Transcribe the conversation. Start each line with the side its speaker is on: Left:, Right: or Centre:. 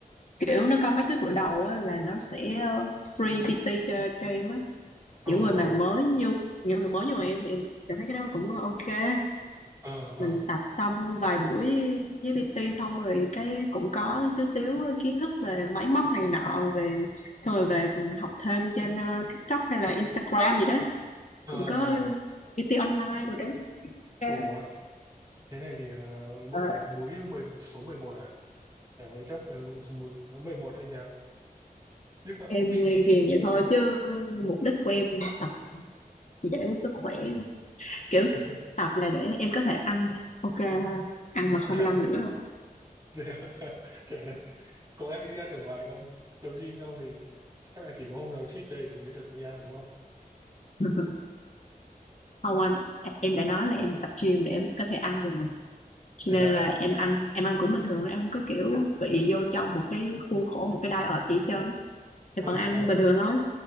Left: kiểu nó có mấy cái bữa đầu á là nó sẽ ờ, free PT cho cho em á
Right: ờ,
Left: những người
Right: ờ.
Left: mà mới như những người mới như mà em thì em cảm thấy cái đó cũng ok
Right: ờ ờ
Left: mình tập xong vài buổi với PT xong rồi cái cũng có xíu xíu kiến thức về máy móc này nọ về xong rồi về còn học thêm trên ờ, TikTok hay là Instagram gì đó
Right: ờ
Left: cũng có
Right: ờ.
Left: PT online rồi đó Cái,
Right: ủa thế này thì ờ,
Left: ờ,
Right: bụng ờ, múi 11 số 11 à chả mấy chốc là bụng múi số 11 thôi nhờ nhưng mà
Left: em
Right: PT
Left: nghe
Right: thì
Left: ghiền vậy thôi chứ mục đích của em tập chỉ để sức khỏe kiểu
Right: <laughs>
Left: tập là để em có thể ăn ok thôi ăn mà
Right: à,
Left: không lo nghĩ không
Right: thế à? <laughs> chả đất. có ai đi ăn ở ngoài không tập gym xong thì chắc là chỉ có hôm nào cheat day thì mới được đi ăn đúng không
Left: <laughs> không anh em đã nói là em tập gym để em có thể ăn rồi mà cho
Right: thế
Left: nên
Right: à
Left: là em ăn em ăn cũng bình thường thôi, em không có kiểu bị vô trong một cái khuôn khổ một cái diet gì hết trơn em
Right: ờ
Left: vẫn ăn
Right: ờ
Left: bình thường thôi